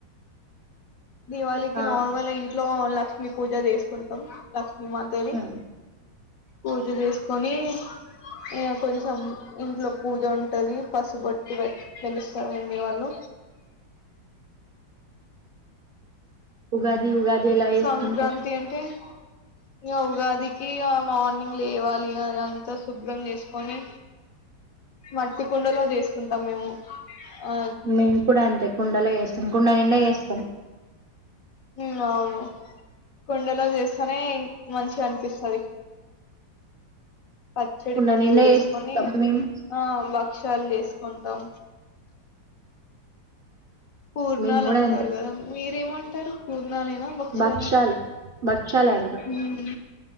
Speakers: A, on the left (about 50°); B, on the right (about 70°).
A: దివాళికి
B: ఆ
A: నార్మల్ ఇంట్లో లక్ క్ష్మి పూజ చేసుకుంటాం మాతది
B: హ్మ్
A: పూజ జేసుకొని ఇగ కొంచెం ఇంట్లో పూజ ఉంటది పసుబట్టు పెట్ కె లుస్తారు మమ్మీ వాళ్ళు
B: ఉగాది ఉగాది ఎలా చేసుకుంటారు
A: సంక్రాంతి అంటే ఇ ఉగాదికి ఆ మార్నింగ్ లేవాలి అ అంతా శుభ్రం చేసుకొని మట్టి కుండలో తీసుకుంటాం మేము ఆ
B: మేము కూడా అంతే కుండలో చేస్తాం కుండ నిండా చేస్తాం
A: ఉ అవును కుండలో చేస్తానే మంచిగా అనిపిస్తుంది పచ్చడి
B: కుండ
A: కుందలు
B: నిండా
A: తీసుకొని
B: చేస్తాం మేము
A: ఆ బ క్షాలు వేసుకుంటాం పూర్ణాలు
B: మేము కూడా
A: అంటారు
B: అంతే
A: కదా మీరేమంటారు ఉలనా బక్షలా
B: భక్షాలు భక్షాలు అంటాం
A: మ్మ్